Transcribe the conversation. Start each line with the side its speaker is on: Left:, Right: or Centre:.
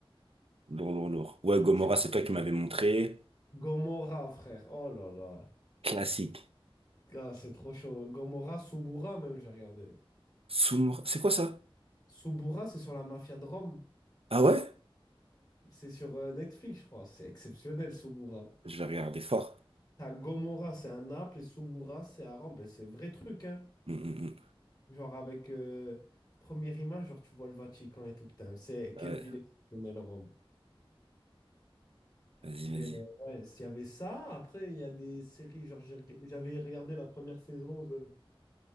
Right: Lourd, lourd, lourd. Ouais,
Left: Je-
Right: Gomorrah,
Left: je sais
Right: c'est
Left: pas.
Right: toi qui m'avais montré.
Left: Gomorrah, frère. Oh là là.
Right: Classique.
Left: Gars, c'est trop chaud. Gomorrah, Subura, même, j'ai regardé.
Right: Soumbre. C'est quoi ça?
Left: Sobura, c'est sur la mafia de Rome.
Right: Ah ouais?
Left: C'est sur euh, Netflix, je crois. C'est exceptionnel, Sobura.
Right: Je vais regarder fort.
Left: T'as Gomorra, c'est à Naples, et Sobura, c'est à Rome. Ben, c'est vrai truc, hein.
Right: Mm, mm, mm.
Left: Genre, avec euh, première image, genre, tu vois le Vatican et tout. Putain, c'est quelle
Right: Euh,
Left: ville exceptionnelle, Rome.
Right: Vas-y,
Left: Mais
Right: vas-y.
Left: euh, ouais, s'il y avait ça, après, il y a des séries, genre, j'ai reg- j'avais regardé la première saison de